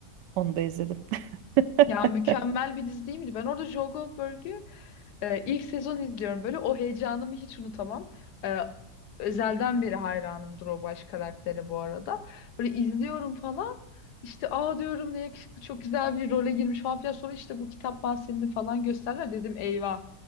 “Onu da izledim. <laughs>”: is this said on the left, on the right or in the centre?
Right